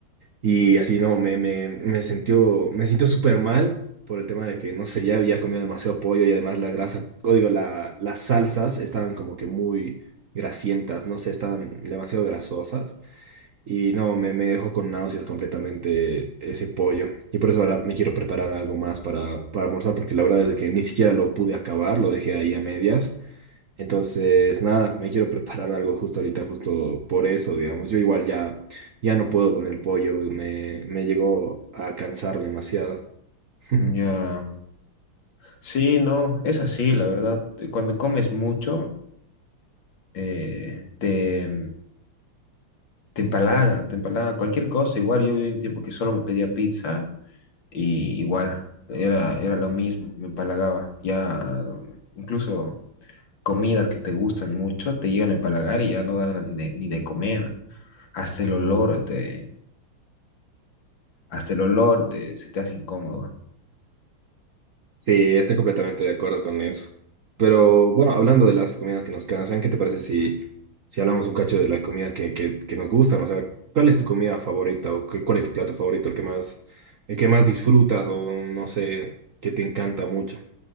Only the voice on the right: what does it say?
Y así, no, me, me, me sintió, me sintió súper mal por el tema de que, no sé, ya había comido demasiado pollo y además la grasa, o digo, la, las salsas estaban como que muy grasientas, no sé, estaban demasiado grasosas. Y no, me, me dejó con náuseas completamente ese pollo. Y por eso ahora me quiero preparar algo más para, para almorzar, porque la verdad es de que ni siquiera lo pude acabar, lo dejé ahí a medias. Entonces, nada, me quiero preparar algo justo ahorita, justo por eso, digamos. Yo igual ya, ya no puedo con el pollo, me, me llegó a cansar demasiado. <laughs>
Sí, estoy completamente de acuerdo con eso. Pero bueno, hablando de las comidas que nos cansan, ¿qué te parece si, si hablamos un cacho de las comidas que, que, que nos gustan? O sea, ¿cuál es tu comida favorita o qué- cuál es tu plato favorito, el que más, el que más disfrutas o no sé, que te encanta mucho?